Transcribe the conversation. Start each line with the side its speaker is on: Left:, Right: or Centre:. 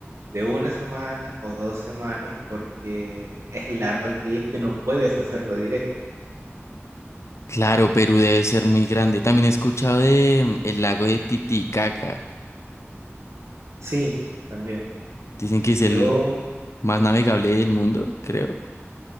Right: de una semana o dos semanas porque es largo el trayecto y no puedes hacerlo directo.
Left: Claro, Perú debe ser muy grande. También he escuchado de mm, el lago de Titicaca.
Right: Sí, también.
Left: Dicen que es
Right: Yo,
Left: el más navegable del mundo, creo.